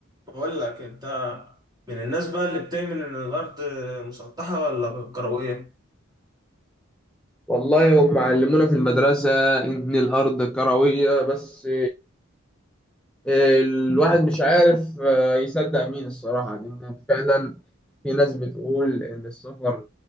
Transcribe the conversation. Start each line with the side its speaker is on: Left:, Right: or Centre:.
Right: بقول لك انت من الناس بقى اللي بتؤمن ان الارض مسطحه ولا كرويه
Centre: والله هم علمونا في المدرسة إن الأرض كروية بس آه، الواحد مش عارف آه، يصدق مين الصراحة لأن فعلا في ناس بتقول إن السفر